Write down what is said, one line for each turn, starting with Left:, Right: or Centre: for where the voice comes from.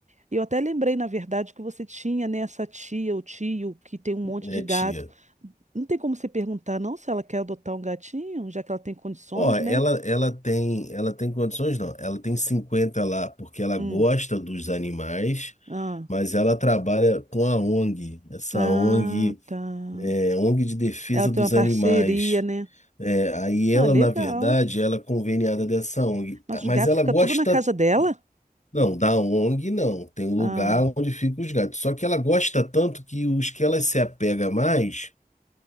Right: E eu até lembrei, na verdade, que você tinha, né, essa tia ou tio que tem um monte
Left: né,
Right: de gato.
Left: tia?
Right: Não tem como você perguntar, não, se ela quer adotar um gatinho, já que ela tem condições,
Left: Ó, ela,
Right: né?
Left: ela tem, ela tem condições não. Ela tem 50 lá porque ela
Right: Hum.
Left: gosta dos animais,
Right: Ah.
Left: mas ela trabalha com a ONG, essa
Right: Ah,
Left: ONG,
Right: tá.
Left: é, ONG de defesa
Right: Ela tem
Left: dos
Right: uma parceria,
Left: animais.
Right: né?
Left: É, aí ela,
Right: Ah, legal.
Left: na verdade, ela é conveniada dessa ONG,
Right: Mas o
Left: mas
Right: gato
Left: ela
Right: fica
Left: gosta,
Right: tudo na casa dela?
Left: não, da ONG não, tem um lugar
Right: Ah.
Left: onde ficam os gatos. Só que ela gosta tanto que os que ela se apega mais,